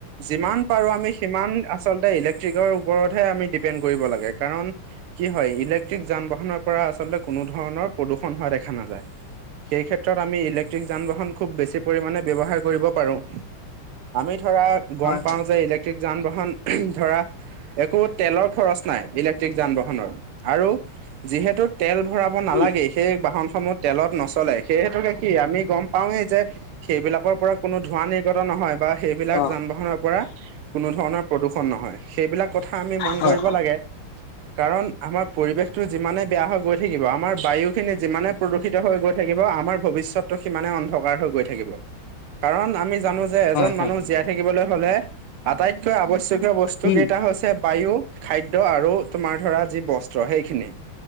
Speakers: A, on the right (about 85°); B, on the left (about 70°).
A: যিমান পাৰো আমি- সিমান আচলতে ইলেক্ট্ৰিকৰ ওপৰতহে আমি ডিপেণ্ড কৰিব লাগে। কাৰণ- কি হয়, ইলেক্ট্ৰিক যান বাহনৰ পৰা আচলতে কোনো ধৰণৰ প্ৰদূষণ হোৱা দেখা নাযায়। সেই ক্ষেত্ৰত আমি ইলেক্ট্ৰিক যান বাহন খুব বেছি- পৰিমাণে ব্যৱহাৰ কৰিব পাৰো। আমি ধৰা গম
B: হয়
A: পাওঁ
B: হয়
A: যে ইলেক্ট- ঠিক যান বাহন ধৰা- একো তেলৰ খৰচ নাই ইলেক্ট্ৰিক যান বাহনৰ আৰু যিহেতু- তেল ভৰাব নালাগেই,
B: উম
A: সেই বাহনসমূহ তেলত নচলে। সেই হেতুকে কি আমি গম পাওঁৱেই যে- সেইবিলাকৰ পৰা কোনো ধোঁৱা নিৰ্গত নহয় বা- সেইবিলাক
B: অ
A: যান বাহনৰ পৰা কোনো ধৰণৰ প্ৰদূষণ নহয়। সেইবিলাক কথা আমি মন
B: হয়
A: কৰিব লাগে। কাৰণ আমাৰ পৰিৱেশতটো যিমানে বেয়া হৈ গৈ থাকিব, আমাৰ বায়ু খিনি যিমানে- প্ৰদূষিত হৈ গৈ থাকিব আমাৰ ভৱিষ্যতটো সিমানে অন্ধকাৰ হৈ গৈ থাকিব। কাৰণ আমি জানো- যে এজন
B: হয়
A: মানুহ
B: হয়
A: জীয়াই থাকিবলৈ হলে আটাইতকৈ আৱশ্যকীয় বস্তু
B: উম
A: কেইটা হৈছে বায়ু- খাদ্য আৰু তোমাৰ ধৰা যি বস্ত্ৰ সেইখিনি,